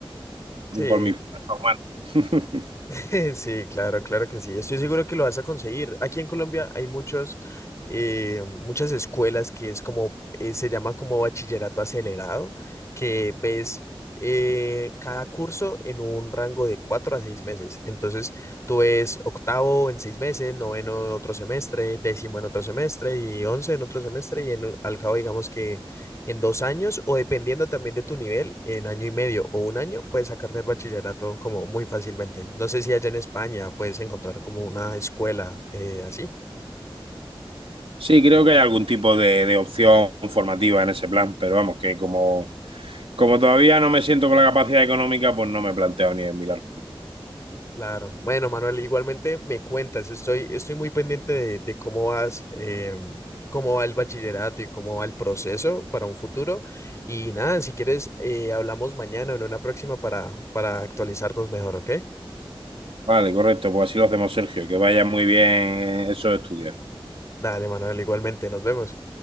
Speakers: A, on the left; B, on the right.
A: Sí.
B: por mi cuenta humana. <laughs>
A: <laughs> Sí, claro, claro que sí. Estoy seguro que lo vas a conseguir. Aquí en Colombia hay muchos, eh, muchas escuelas que es como, eh, se llama como bachillerato acelerado, que ves eh, cada curso en un rango de cuatro a seis meses. Entonces, tú ves octavo en seis meses, noveno en otro semestre, décimo en otro semestre y once en otro semestre y en, un- al cabo digamos que en dos años o dependiendo también de tu nivel, en año y medio o un año, puedes sacarte el bachillerato como muy fácilmente. No sé si allá en España puedes encontrar como una escuela eh, así.
B: Sí, creo que hay algún tipo de, de opción formativa en ese plan, pero vamos, que como, como todavía no me siento con la capacidad económica, pues no me he planteado ni en mirarlo.
A: Claro. Bueno, Manuel, igualmente me cuentas, estoy, estoy muy pendiente de, de cómo vas, eh, cómo va el bachillerato y cómo va el proceso para un futuro. Y nada, si quieres, eh, hablamos mañana o en una próxima para, para actualizarnos mejor, ¿ok?
B: Vale, correcto, pues así lo hacemos, Sergio, que vaya muy bien esos estudios.
A: Dale, Manuel, igualmente, nos vemos.